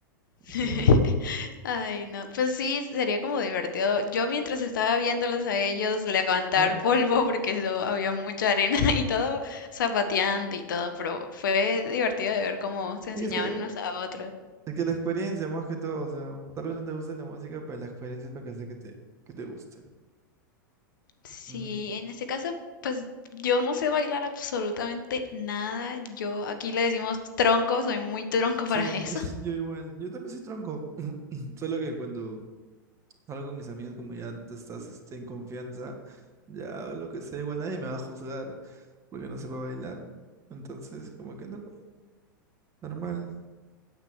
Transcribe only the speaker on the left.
<laughs>
Ay, no, pues sí, sería como divertido. Yo mientras estaba viéndolos a ellos levantar
<laughs> polvo, porque eso había mucha arena <laughs> y todo, zapateando y todo, pero fue divertido de ver cómo se enseñaban
unos a otros.
Sí,
en este caso, pues yo no sé bailar absolutamente nada. Yo aquí le decimos tronco, soy muy tronco
para eso.